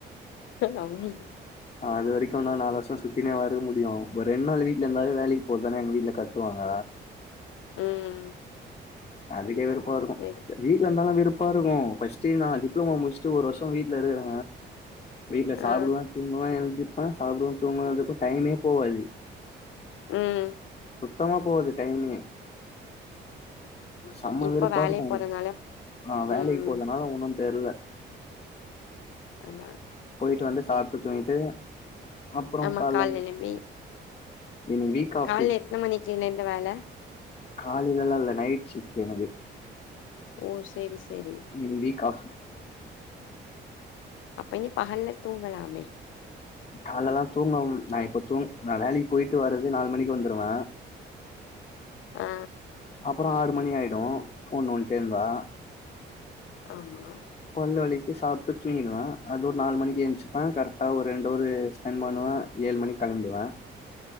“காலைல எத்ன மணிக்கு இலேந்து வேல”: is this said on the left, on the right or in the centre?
Left